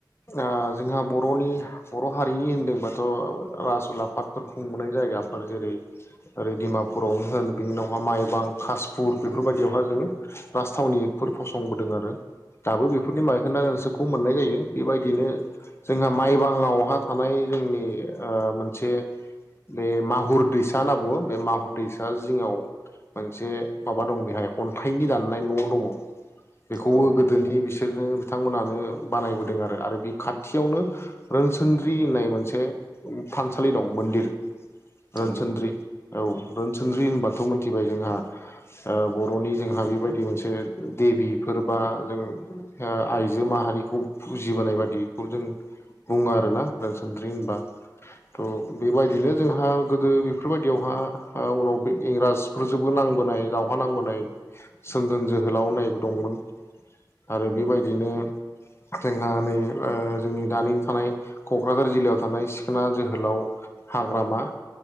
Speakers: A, on the left; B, on the right.
A: आ जोंहा बर'नि बर' हारिनि होनदोंबाथ' रासुल आफादफोर खुंबोनाय जायगाफोर जेरै ओरै दिमापुर । बरावनो होन बिनि उनावहा माइ बां । कासपुर
B: औ
A: बेफोरबायदियावहााय जोङो राजथावनिफोर फसंबोदों आरो दाबो बेफोरनि बाइखोनदा नेरसोनखौ मोननाय जायो बेबायदिनो जोंहा माइबांआवहा थानाय जोंनि मोनसे बे माहुर दैसा होनना बुङो बे माहुर दैैसा जिङाव मोनसे माबा दं बेहाय अन्थाइनि दाननाय न' दङ । बेखौबो
B: औ
A: गोदोनि बिसि बिसोरनो बिथांमोनानो बानायबोदों आरो आरो बे खाथियावनो रोनसोनद्रि होननाय मोनसे थानसालि दं मन्दिर रोनसोनद्रि
B: नंगौ नोंथां
A: औ । रोनसोनद्रि होनबाथ' मोनथिबाय जोंहा बर'नि जोंहा बेबायदि मोनसे देबिफोर बा जों आइजो माहारिखौ फुजिबोनाय बायदिखौ जों बुङो आरोना रोनसोनद्रि होनबा थ' बेबायदिनो जोंहा गोदो बेफोरबायदियावहा उनाव बे इंराजफोरजोंबो नांबोनाय दावहा नांबोनाय सोमदोन जोहोलाव नायबो दंमोन आरो
B: औ
A: बेबायदिनो जोंहा नै जोंनि दानि थानाय क'क्राझार जिल्लायाव थानाय सिखोना जोहोलाव हाग्रामा